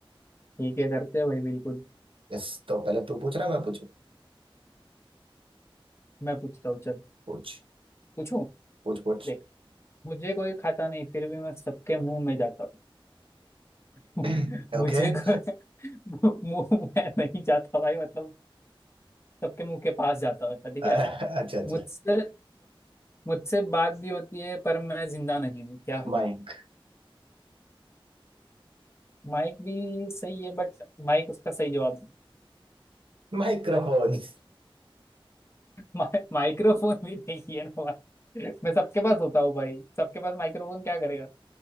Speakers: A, on the left; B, on the right.
A: ठीक है करते हैं भाई बिल्कुल
B: इस तो पहले तू पूछ रहा है, मैं पूछू
A: मैं पूछता हूँ चल
B: पूछ
A: पूछूं
B: पूछ पूछ
A: देख मुझे कोई खाता नहीं फिर भी मैं सबके मुंह में जाता हूँ
B: <clears throat>
A: <laughs> मुझे
B: ओके
A: कोई <laughs> मुंह में नहीं जाता भाई मतलब सबके मुंह के पास जाता हूँ ऐसा ठीक
B: <laughs> अच्छा
A: है
B: अच्छा
A: मुझसे मुझसे बात भी होती है पर मैं जिंदा नहीं हूँ क्या हूँ
B: माइक
A: मैं माइक भी सही है बट माइक उसका सही जवाब
B: माइक्रोफोन <laughs>
A: मा, माइक्रोफोन भी नहीं है ना भाई। मैं सबके पास होता हूँ भाई सबके पास माइक्रोफोन क्या करेगा